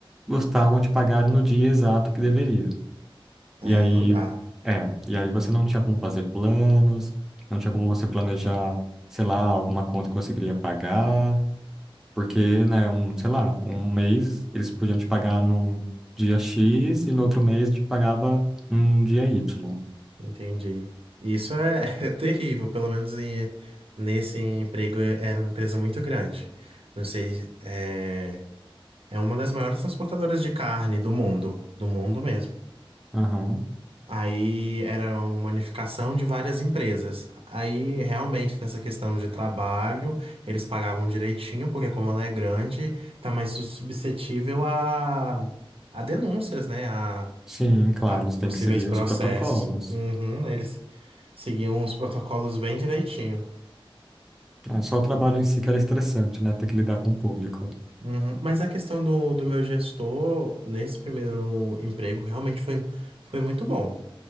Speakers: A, in the centre; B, on the right.
A: gostavam de pagar no dia exato que deveria.
B: Aí
A: E aí,
B: não dá.
A: é, e aí você não tinha como fazer planos, não tinha como você planejar, sei lá, alguma conta que você queria pagar, porque, né, um, sei lá, um mês eles podiam te pagar num dia X e no outro mês te pagava num dia Y.
B: Entendi. Isso é, <laughs> é terrível, pelo menos em- nesse emprego eh, era uma empresa muito grande. Não sei, é, é uma das maiores transportadoras de carne do mundo, do mundo mesmo.
A: Aham.
B: Aí era uma unificação de várias empresas. Aí realmente nessa questão de trabalho, eles pagavam direitinho, porque como ela é grande, tá mais su- suscetível a, a denúncias, né? A,
A: Sim, claro,
B: a possíveis
A: eles têm que seguir
B: processos.
A: os protocolos.
B: Uhum, eles seguiam os protocolos bem direitinho.
A: É, só o trabalho em si que era estressante, né? Ter que lidar com o público.
B: Uhum, Mas a questão do, do meu gestor nesse primeiro emprego realmente foi, foi muito bom.